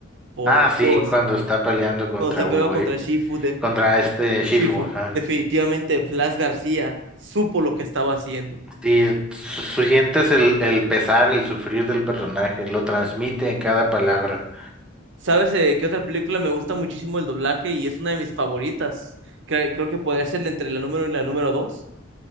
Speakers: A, on the right (about 60°); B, in the centre.
A: Por
B: Ah,
A: Dios.
B: sí, cuando está peleando contra
A: Cuando está
B: Hugo,
A: peleando contra
B: ¿eh?
A: Shifu, de,
B: Contra este Shifu,
A: Shifu,
B: ajá.
A: definitivamente Blas García supo lo que estaba haciendo.
B: Sí, su- su- sientes el, el pesar, el sufrir del personaje, lo transmite en cada palabra.
A: ¿Sabes eh, qué otra película me gusta muchísimo el doblaje y es una de mis favoritas? Cre- creo que podría ser entre la número y la número dos.